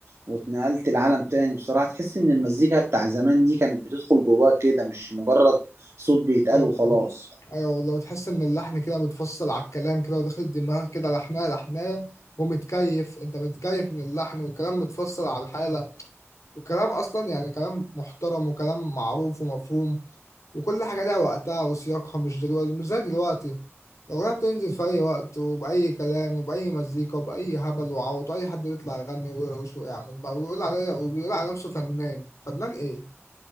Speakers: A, on the right; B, on the left.
A: واتنقلت لعالم تاني بصراحه تحس ان المزيكا بتاع زمان دي كانت بتدخل جواك كده مش مجرد صوت بيتقال
B: اه والله
A: وخلاص
B: ايوه والله تحس ان اللحن كده متفصل على الكلام كده وداخل دماغك كده لحنايه لحنايه ومتكيف انت متكيف من اللحن والكلام متفصل على الحاله والكلام اصلا يعني كلام محترم وكلام معروف ومفهوم وكل حاجة لها وقتها وسياقها مش دلوقتي مش زي دلوقتي الأغنية بتنزل في أي وقت وبأي كلام وبأي مزيكا وبأي هبل وعوط وأي حد يطلع يغني ويرقص ويعمل بقى ويقول عليا وبيقول على نفسه فنان فنان إيه؟